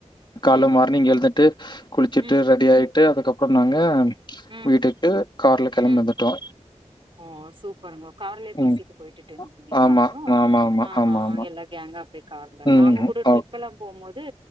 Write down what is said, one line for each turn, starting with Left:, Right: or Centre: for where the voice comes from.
Left: கால்ல
Right: ம்
Left: மார்னிங் எல்ந்துட்டு குளிச்சிட்டு
Right: ம் ம்
Left: ரெடி ஆய்ட்டு அதுக்கப்ரொ நாங்க
Right: ம் ம்
Left: வீட்டுட்டு கார்ல கெலம்
Right: ம்
Left: வந்துட்டோ
Right: ஓ சூப்பருங்ஹோ கார்லே பேசிட்டு
Left: ம்
Right: பொய்ட்டுட்டு ர்ந்திங்ளா
Left: ஆமா
Right: நிங்ஹோ
Left: ஆமா ஆமா
Right: ஆஹ
Left: ஆமா ஆமா
Right: எல்லாயு அங்க அப்டே கார்ல
Left: ம்
Right: நாங்க கூட
Left: ஓ
Right: ட்ரிப்பல்லா போ மோது து